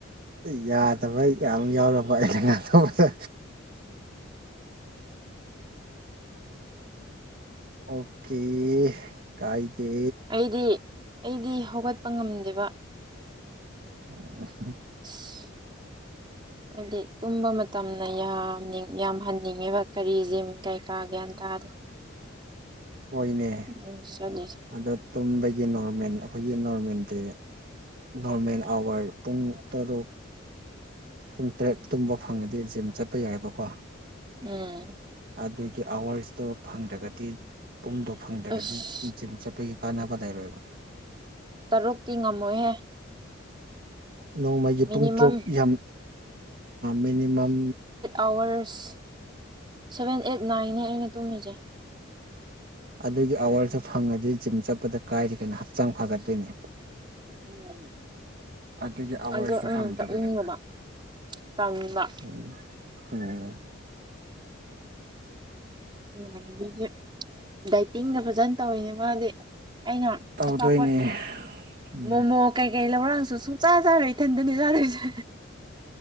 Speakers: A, on the right; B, on the right.
A: <inaudible> ꯌꯥꯗꯕꯩ ꯌꯥꯝ ꯌꯥꯎꯔꯕ ꯑꯩꯅ ꯉꯥꯡ ꯇꯧꯕꯗ ꯑꯣꯀꯦ ꯀꯥꯏꯗꯦ
B: ꯑꯩꯗꯤ ꯑꯩꯗꯤ ꯍꯧꯒꯠꯄ ꯉꯝꯗꯦꯕ
A: ꯑꯣ
B: ꯑꯁ ꯍꯥꯏꯗꯤ ꯇꯨꯝꯕ ꯃꯇꯝꯅ ꯌꯥꯝꯅꯤꯡ ꯌꯥꯝꯍꯟꯅꯤꯡꯉꯦꯕ ꯀꯔꯤ ꯖꯤꯝ ꯀꯩ ꯀꯥ ꯒ꯭ꯌꯥꯟ ꯇꯥꯗꯦ
A: ꯑꯣꯏꯅꯦ
B: ꯃꯣꯏ ꯆꯠꯂꯤꯁꯦ
A: ꯑꯗꯣ ꯇꯨꯝꯕꯒꯤ ꯅꯣꯔꯃꯦꯜ ꯑꯩꯈꯣꯏꯒꯤ ꯅꯣꯔꯃꯦꯜꯗꯤ ꯅꯣꯔꯃꯦꯜ ꯑꯥꯋꯥꯔ ꯄꯨꯡ ꯇꯔꯨꯛ ꯄꯨꯡ ꯇꯔꯦꯠ ꯇꯨꯝꯕ ꯐꯪꯉꯗꯤ ꯖꯤꯝ ꯆꯠꯄ ꯌꯥꯏꯑꯕꯀꯣ
B: ꯎꯝ
A: ꯑꯗꯨꯒꯤ ꯑꯋꯥꯔꯁꯇꯣ ꯐꯪꯗ꯭ꯔꯒꯗꯤ ꯄꯨꯡꯗꯣ ꯐꯪꯗ꯭ꯔꯒꯗꯤ
B: ꯑꯁ
A: ꯖꯤꯝ ꯆꯠꯄꯒꯤ ꯀꯥꯟꯅꯕ ꯂꯩꯔꯣꯏꯕ
B: ꯇꯔꯨꯛꯇꯤ ꯉꯝꯃꯣꯏꯍꯦ
A: ꯅꯣꯡꯃꯒꯤ
B: ꯃꯤꯅꯤꯃꯝ
A: ꯄꯨꯡ ꯇꯔꯨꯛ ꯌꯥꯝ ꯃꯤꯅꯤꯃꯝ
B: ꯑꯋꯔꯁ ꯁꯚꯦꯟ ꯑꯩꯠ ꯅꯥꯏꯟꯅ ꯑꯩꯅ ꯇꯨꯝꯃꯤꯁꯦ
A: ꯑꯗꯨꯒꯤ ꯑꯋꯥꯔꯁꯨ ꯐꯪꯉꯗꯤ ꯖꯤꯝ ꯆꯠꯄꯗ ꯀꯥꯏꯔꯤ ꯀꯩꯅꯣ ꯍꯛꯆꯥꯡ ꯐꯒꯠꯇꯣꯏꯅꯦ
B: ꯎꯝ
A: ꯑꯗꯨꯒꯤ ꯑꯋꯥꯔꯁꯇꯣ
B: ꯑꯗꯣ ꯎꯝ
A: ꯐꯪꯗꯕꯤꯗ
B: ꯆꯠꯅꯤꯡꯗꯕ ꯇꯟꯕꯥ
A: ꯎꯝ ꯎꯝ
B: ꯏꯃꯥꯟꯅꯕꯤꯗꯤ ꯗꯥꯏꯇꯤꯡꯗꯣ ꯐꯖꯅ ꯇꯧꯋꯤꯅꯦ ꯃꯥꯗꯤ ꯑꯩꯅ
A: ꯇꯧꯗꯣꯏꯅꯦ
B: ꯑꯆꯥꯄꯣꯠ
A: ꯎꯝ
B: ꯃꯣꯃꯣ ꯀꯩꯀꯩ ꯂꯧꯔꯥꯡꯁꯨ ꯁꯨꯡꯆꯥ ꯆꯥꯔꯣꯏ ꯏꯊꯟꯗꯅꯤ ꯆꯥꯗꯣꯏꯁꯦ